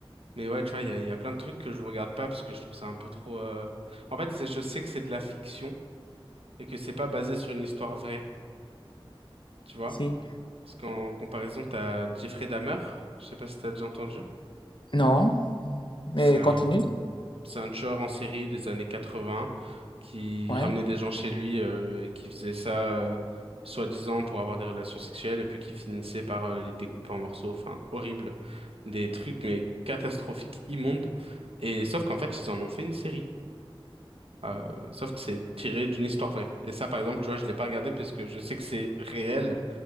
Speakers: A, on the right; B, on the left.
A: Mais ouais, tu vois, il y a, il y a plein de trucs que je regarde pas parce que je trouve ça un peu trop. euh, En fait, c'est- je sais que c'est de la fiction et que c'est pas basé sur une histoire vraie, tu vois.
B: si.
A: Parce qu'en comparaison, t'as Jeffrey Dahmer. Je sais pas si t'as déjà entendu.
B: Non, mais
A: C'est un,
B: continue.
A: c'est un tueur en série des années 80 qui
B: Ouais.
A: ramenait des gens chez lui euh, et qui faisait ça euh, soi-disant pour avoir des relations sexuelles et puis qui finissait par euh, les découper en morceaux. Enfin, horrible. Des trucs, mais catastrophiques, immondes. Et sauf qu'en fait, ils en ont fait une série. Euh, sauf que c'est tiré d'une histoire vraie. Et ça, par exemple, tu vois, je l'ai pas regardé parce que je sais que c'est réel